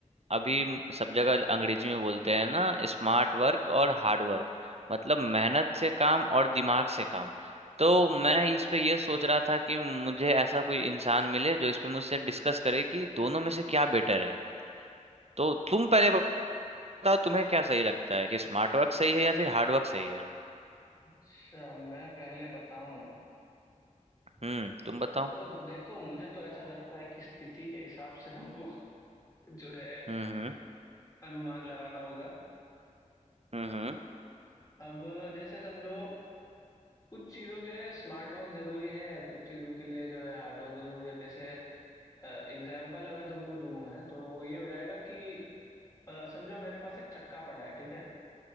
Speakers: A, on the right; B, on the left.
A: अभी सब जगह अंग्रेजी में बोलते हैं ना स्मार्ट वर्क और हार्ड वर्क मतलब मेहनत से काम और दिमाग से काम तो मैं इस पे ये सोच रहा था कि मुझे ऐसा कोई इंसान मिले जो इस पे मुझसे डिस्कस करे कि दोनों में से क्या बेटर है तो तुम पहले बताओ तुम्हें क्या सही लगता है कि स्मार्ट वर्क सही है या फिर हार्ड वर्क सही है
B: अच्छा मैं पहले बताऊं
A: हम्म तुम बताओ
B: तो देखो मुझे तो ऐसा लगता है कि स्थिति के हिसाब से हमको <laughs> जो है
A: हम्म हम्म
B: अनुमान लगाना होगा
A: हम्म हम्म
B: अब जैसे समझो कुछ चीजों के लिए स्मार्ट वर्क जरूरी है कुछ चीजों के लिए जो है हार्ड वर्क जरूरी है अब जैसे एग्जाम्पल अगर तुमको दूं मैं तो वो ये हो जाएगा कि अ, समझो मेरे पास एक चक्का पड़ा है ठीक है